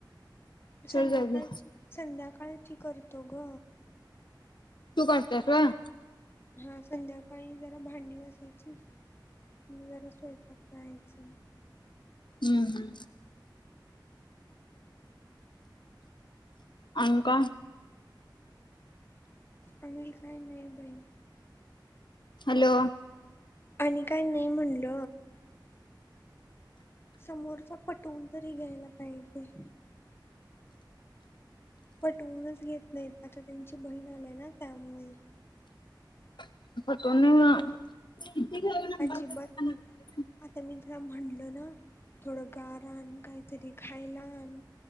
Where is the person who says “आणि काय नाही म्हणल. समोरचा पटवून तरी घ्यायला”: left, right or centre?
Left